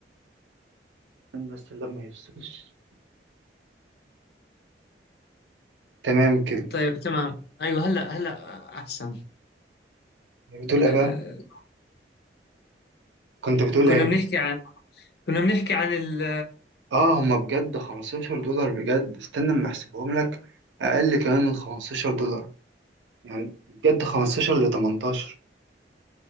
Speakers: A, on the right; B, on the left.
A: بس اللاب ما يفصلش تمام كده
B: طيب تمام ايوه هلا هلا احسن
A: بتقول
B: أه
A: ايه بقى كنت بتقول
B: كنا
A: ايه
B: بنحكي عن كنا بنحكي عن ال
A: اه هما بجد 15 دولار بجد استنى اما احسبهم لك اقل كمان من 15 دولار يعني بجد 15 ل 18